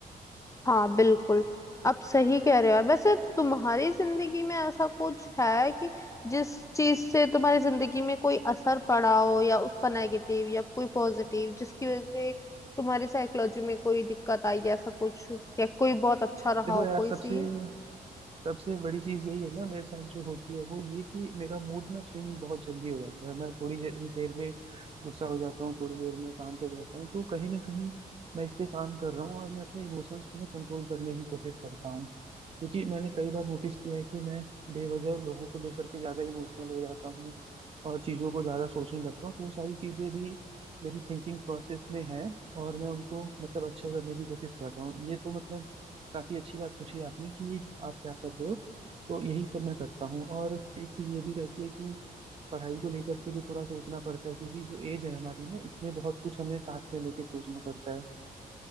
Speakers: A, on the left (about 20°); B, on the right (about 40°).
A: हाँ बिल्कुल आप सही कह रहे हो यार वैसे तुम्हारी जिंदगी में ऐसा कुछ है कि जिस चीज से तुम्हारी जिंदगी में कोई असर पड़ा हो या उसका नेगेटिव या कोई पॉजिटिव जिसकी वजह से तुम्हारी साइकोलॉजी में कोई दिक्कत आई ऐसा कुछ या कोई बहुत अच्छा रहा
B: देखो
A: हो
B: यार
A: कोई
B: सबसे
A: सी
B: सबसे बड़ी चीज यही है ना मेरे साथ जो होती है वो ये कि मेरा मूड ना स्विंग बहुत जल्दी हो जाता है मैं थोड़ी जे- देर में गुस्सा हो जाता हूँ थोड़ी देर में शांत हो जाता हूँ तो कहीं ना कहीं मैं इस पे काम कर रहा हूँ और मैं अपने इमोशंस को ना कंट्रोल करने की कोशिश करता हूँ क्योंकि मैंने कई बार नोटिस किया है कि मैं बेवजह लोगों को लेकर के ज्यादा इमोशनल हो जाता हूँ और चीजों को ज्यादा सोचने लगता हूँ तो वो सारी चीजें भी मेरी थिंकिंग प्रोसेस में है और मैं उनको मतलब अच्छा करने की कोशिश कर रहा हूँ ये तो मतलब काफी अच्छी बात पूछी आपने कि आप क्या कर रहे हो तो यही सब मैं करता हूँ और एक चीज ये भी रहती है कि पढ़ाई को लेकर के भी थोड़ा सोचना पड़ता है क्योंकि जो एज है हमारी ना इसमें बहुत कुछ हमें साथ में लेके सोचना पड़ता है